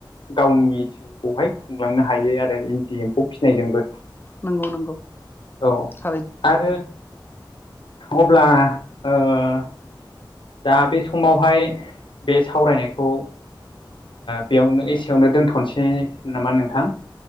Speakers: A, on the left (about 80°); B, on the left (about 25°).
A: गावनि जिउखौहाय खुंलांनो हायो आरो इन्दि एम्फौ फिसिनायजोंबो
B: नंगौ नंगौ
A: औ
B: थारैनो
A: आरो अब्ला ओ दा बे समावहाय बे सावरायनायखौ बेयावनो एसेयावनो दोनथ'नोसैनामा नोंथां